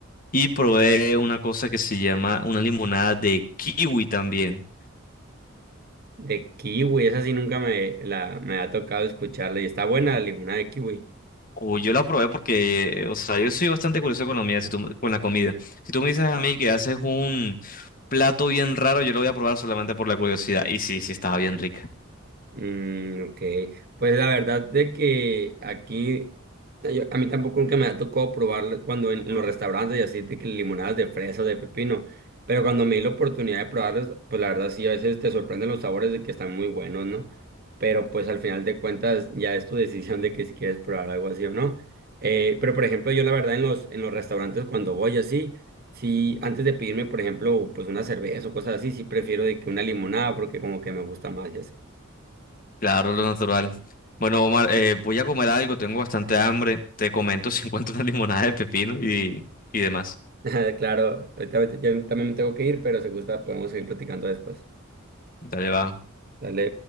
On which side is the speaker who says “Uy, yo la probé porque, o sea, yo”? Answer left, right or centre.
Left